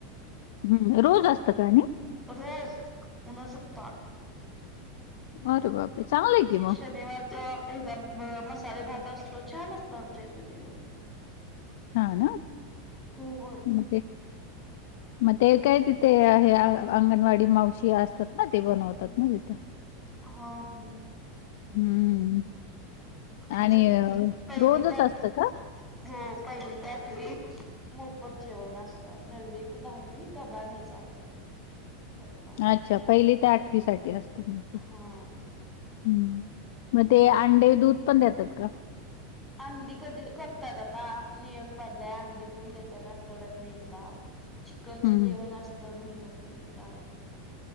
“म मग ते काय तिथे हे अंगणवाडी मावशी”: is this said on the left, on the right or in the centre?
Left